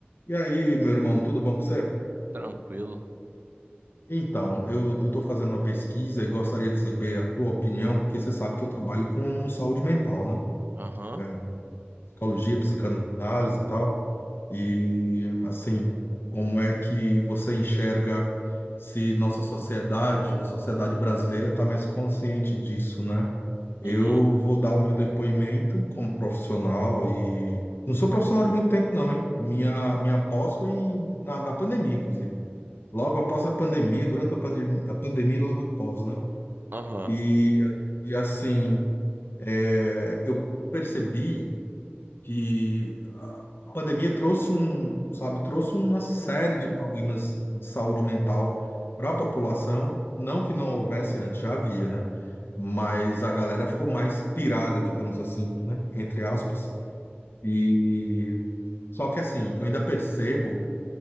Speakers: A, on the left; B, on the right.
A: E aí, meu irmão, tudo bom com você?
B: Tranquilo.
A: Então, eu estou fazendo uma pesquisa e gostaria de saber a tua opinião, porque você sabe que eu trabalho com saúde mental, né?
B: Aham.
A: É, psicologia, psicanálise e tal. E, assim, como é que você enxerga se nossa sociedade, a sociedade brasileira, está mais consciente disso, né? Eu
B: Uhum.
A: vou dar o meu depoimento como profissional e. Não sou profissional de muito tempo, não, hein? Minha, minha pós foi em- na, na pandemia, inclusive. Logo após a pandemia, durante a, pandem a pandemia, e logo após, né?
B: Aham.
A: E, e assim, é, eu percebi que a pandemia trouxe um, sabe, trouxe uma série de problemas de saúde mental para a população. Não que não houvesse antes, já havia, né? Mas a galera ficou mais pirada, digamos assim, né? Entre aspas. E só que assim, eu ainda percebo